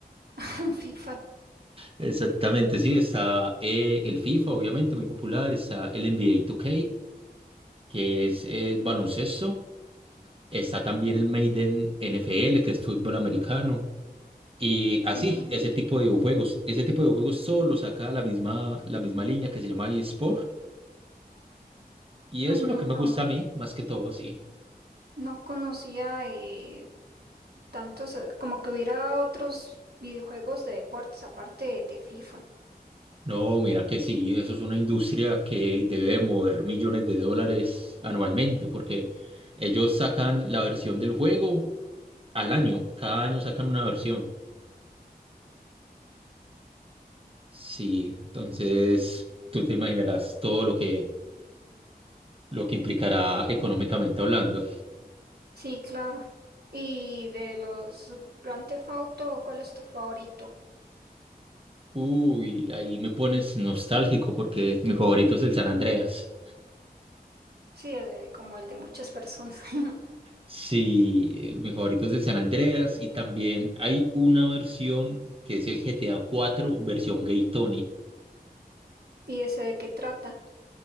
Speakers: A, on the right; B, on the right.
A: <laughs> FIFA.
B: Exactamente, sí. Está eh, el FIFA, obviamente, muy popular. Está el NBA 2K, que es eh, baloncesto. Está también el Maiden NFL, que es fútbol americano. Y así,
A: Mm,
B: ese tipo de videojuegos. Ese tipo de videojuegos solo saca la misma, la misma línea que se llama eSport. Y
A: ujú,
B: eso es lo que me
A: no,
B: gusta a mí, más que todo, sí.
A: no conocía eh, tantos, eh, como que hubiera otros videojuegos de deportes aparte de, de FIFA.
B: No, mira que sí, eso es una industria que debe mover millones de dólares anualmente, porque ellos sacan la versión del juego al año. Cada año sacan una versión. Sí, entonces tú te imaginarás todo lo que, lo que implicará económicamente hablando.
A: Sí, claro. Y de los Grand Theft Auto, ¿cuál es tu favorito?
B: Uy, ahí me pones nostálgico porque mi favorito es el San Andreas.
A: Sí, el, el- como el de muchas personas. <laughs>
B: Sí, el- mi favorito es el San Andreas y también hay una versión que es el GTA 4 versión Gay Tony.
A: ¿Y ese de qué trata?